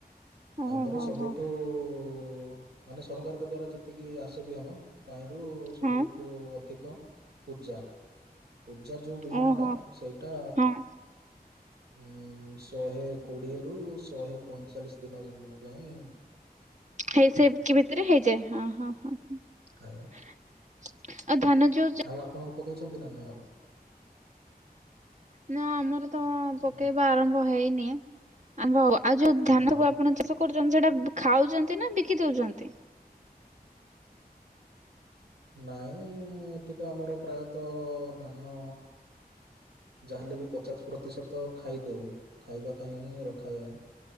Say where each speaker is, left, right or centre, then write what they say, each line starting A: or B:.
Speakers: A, on the right; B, on the right.
A: ଓହୋ
B: ତାପରେ
A: ହୋ
B: ସବୁଠୁ
A: ହୋ
B: ଉ ମାନେ ସରକାରଙ୍କ ଦ୍ଵାରା ଯେତିକି ଆସେ ବିିହନ ତାହିଁ କୁ ସବୁଠୁ
A: ହଁ
B: ଅଧିକ। <inaudible> ପୂଜା ପୂଜା ଯୋଉ ବିହନଟା
A: ଓହୋ
B: ସେଇଟା
A: ହଁ
B: ହୁଁ ଶହେ କୋଡିଏରୁୁ ଶହେ ପଇଁଚାଳିଶ ଦିନ ମଧ୍ୟ ହିଁ
A: ହେଇ ସେବତିକି ଭିତରେ ହେଇଯାଏ ହଁ ହଁ ହଁ ହଁ
B: ଆଜ୍ଞା
A: ଆଉ ଧାନ ଯୋଉ ଚା
B: ଆଉ ଆପଣଙ୍କ ପକେଇଚନ୍ତି ନା ନାଁ ଆଉ?
A: ନା ଆମର ତ ପକେଇବା
B: ନାଇଁ
A: ଆରମ୍ଭ ହେଇନି। ଆମ୍ବ ହବା ଆଉ ଯୋଉ ଧାନକୁ
B: ହଁ ହଁ
A: ଆପଣ ଚାଷ କରୁ ଚନ୍ତି ସେଟା ଖାଉଚନ୍ତି ନା ବିକି ଦୋଉଚନ୍ତି।
B: ନାଇଁ ଏଠି ତ ଆମର ପ୍ରାୟତଃ ଧାନ ଯାହେଲେ ବି ପଚାଶ ପ୍ରତିଶତ ଖାଇଦଉ, ଖାଇବା ପାଇଁ ହିଁ ରଖାଯାଏ।